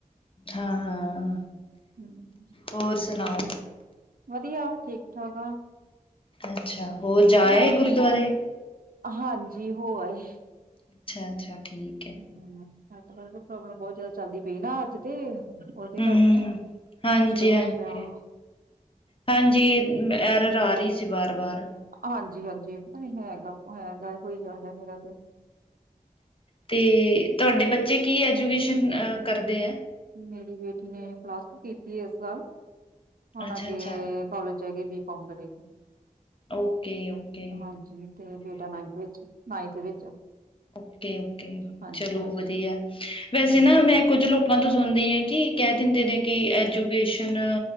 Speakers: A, on the left (about 40°); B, on the right (about 75°).
A: ਹਾਂ ਹਾਂ,
B: ਹੂੰ,
A: ਹੋਰ ਸੁਣਾਓ?
B: ਵਧੀਆ ਠੀਕ ਠਾਕ ਆ।
A: ਅੱਛਾ ਹੋਰ ਜਾ ਆਏ
B: ਬੈਠ
A: ਗੁਰਦੁਆਰੇ?
B: ਹਾਂਜੀ ਹੋ ਆਏ।
A: ਅੱਛਾ ਅੱਛਾ ਠੀਕ ਐ।
B: ਹੂੰ, ਨੈਟਵਰਕ ਦੀ ਪ੍ਰੋਬਲਮ ਬਹੁਤ ਜ਼ਿਆਦਾ ਚੱਲਦੀ ਪਈ ਨਾ ਅੱਜ ਤੇ। ਉਹਦੇ
A: ਹਮ
B: ਕਰਕੇ
A: ਹਮ,
B: ਨਾ
A: ਹਾਂਜੀ
B: ਮੁਸ਼ਕਿਲ ਹੋਇਆ
A: ਹਾਂਜੀ
B: ਪਿਆ ਵਾ।
A: ਹਾਂਜੀ ਐਰਰ ਆ ਰਹੀ ਸੀ ਵਾਰ ਵਾਰ।
B: ਹਾਂਜੀ ਹਾਂਜੀ, ਪਤਾ ਨੀ ਹੈਗਾ ਹੈਗਾ ਓਹੀ ਜ਼ਿਆਦਾ ਮੇਰਾ। ਤੇ
A: ਤੇ ਤੁਹਾਡੇ ਬੱਚੇ ਕੀ ਐਜੂਕੇਸ਼ਨ ਕਰਦੇ ਐ।
B: ਮੇਰੀ ਬੇਟੀ ਨੇ ਪਲਾਸ ਟੂ ਕੀਤੀ ਆ ਇਸ ਸਾਲ। ਹੁਣ
A: ਅੱਛਾ
B: ਅੱਗੇ
A: ਅੱਛਾ
B: ਕਾਲਜ ਜਾ ਕੇ ਬੀਕੌਮ ਕਰੇਗੀ।
A: ਓਕੇ ਓਕੇ
B: ਹਾਂਜੀ, ਤੇ ਬੇਟਾ ਨਾਇਕ ਵਿੱਚ ਨਾਇਥ ਵਿੱਚ
A: ਓਕੇ ਓਕੇ,
B: ਹਾਂਜੀ
A: ਚਲੋ ਵਧੀਆ ਵੈਸੇ
B: ਹੂੰ
A: ਨਾ ਮੈਂ ਕੁੱਝ ਲੋਕਾਂ ਤੋਂ ਸੁਣਦੀ ਆ। ਕੀ ਕਹਿ ਦਿੰਦੇ ਨੇ ਕਿ ਐਜੂਕੇਸ਼ਨ